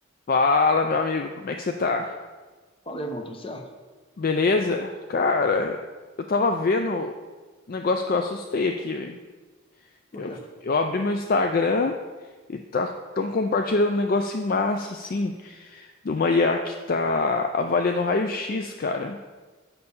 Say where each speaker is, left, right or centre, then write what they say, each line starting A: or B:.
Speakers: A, on the left (about 45°); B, on the left (about 25°).
A: Fala, meu amigo, como é que você tá?
B: Fala, irmão, tudo certo?
A: Beleza? Cara, eu tava vendo um negócio que eu assustei aqui, velho.
B: Por
A: Eu,
B: quê?
A: eu abri meu Instagram e tá tão compartilhando um negócio em massa, assim, de uma IA que tá avaliando raio-x, cara.